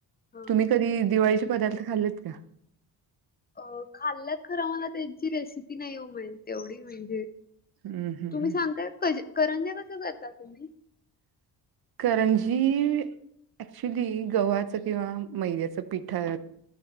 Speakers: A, on the left; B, on the right.
A: हा
B: तुम्ही कधी दिवाळीचे पदार्थ खाल्लेत का?
A: अ खाल्लेत खरं मला त्यांची रेसिपी नाही हो माहिती तेवढी म्हणजे
B: हम्म हम्म
A: तुम्ही
B: हम्म
A: सांगताय क-करंज्या कसं करता तुम्ही?
B: करंजी ऍक्च्युली गव्हाच किंवा मैद्याच पिठा